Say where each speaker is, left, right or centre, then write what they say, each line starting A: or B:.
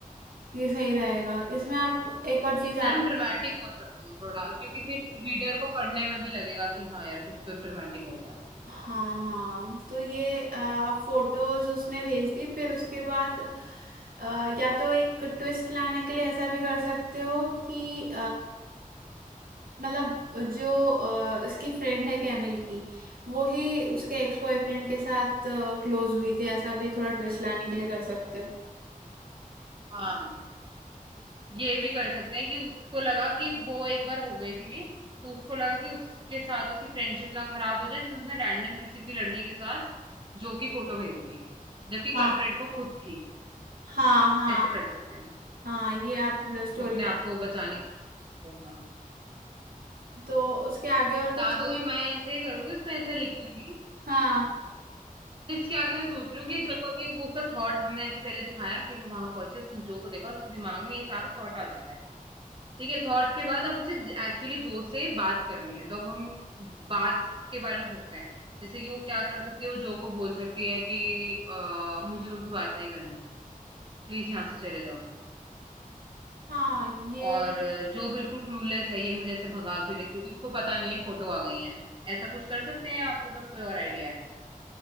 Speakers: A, on the right (about 80°); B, on the right (about 35°).
A: ये सही रहेगा इसमें आप एक और चीज
B: है ना,
A: ऐड
B: हम ड्रामेटिक हो सकते हैं थोड़ा क्योंकि फिर रीडर को पढ़ने में भी लगेगा कि हाँ यार कुछ तो ड्रामेटिक हो गया
A: हाँ हाँ तो ये अ, आप फोटोज उसने भेज दी फिर उसके बाद अ, या तो एक ट्विस्ट लाने के लिए ऐसा भी कर सकते हो कि मतलब जो अ, इसकी फ्रेंड है कैमिल की वो ही उसके एक्स बॉयफ्रेंड के साथ क्लोज हुई थी ऐसा भी थोड़ा ट्विस्ट लाने के लिए कर सकते हो
B: हाँ ये भी कर सकते हैं कि उसको लगा कि वो एक बार हो गई थी तो उसको लगा कि उसके साथ उसकी फ्रेंडशिप ना खराब हो जाए इसलिए उसने रैंडम किसी भी लड़की के साथ जो की फोटो भेज दी जबकि
A: हाँ
B: कल्प्रेट वो खुद थी
A: हाँ हाँ
B: ऐसे कर सकते हैं हम
A: हाँ ये आप स्टोरी
B: अपने
A: लाइन
B: आप को बचाने के लिए। हाँ
A: तो उसके आगे और
B: ना
A: कुछ
B: तो ये मैं ऐसे ही करूंगी उसमें ऐसे लिख दूंगी
A: हाँ
B: तो इसके आगे मैं सोच रही हूँ कि जब अभी वो उसका थॉट हमने ऐसे पहले दिखाया कि वो वहां पहुंची उसने जो को देखा और उसके दिमाग में ये सारा थॉट आ जाता है ठीक है थॉट के बाद अब उसे एक्चुअली जो से बात करनी है तो अब हम बात के बारे में सोचते हैं जैसे कि वो क्या कर सकती है वो जो को बोल सकती है कि अ, मुझे तुमसे बात नहीं करनी प्लीज यहाँ से चले जाओ
A: हाँ ये
B: और अ, जो बिल्कुल क्लूलेस है ये मुझे ऐसे भगा क्यों रही है? क्योंकि उसको पता नहीं है फोटो आ गई है ऐसा कुछ कर सकते हैं आपके पास कोई और आइडिया है